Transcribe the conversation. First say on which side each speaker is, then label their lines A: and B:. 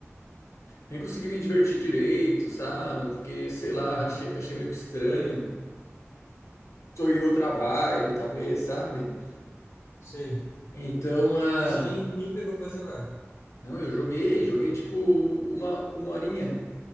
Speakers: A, on the left (about 80°); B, on the left (about 55°).
A: nem consegui me divertir direito, sabe? Porque, sei lá,
B: Uhum.
A: achei achei meio que estranho. tô em outra vibe, talvez, sabe?
B: Sei.
A: Então,
B: E,
A: ah,
B: e você nem, nem pegou pra jogar.
A: não, eu joguei, joguei tipo uma, uma horinha.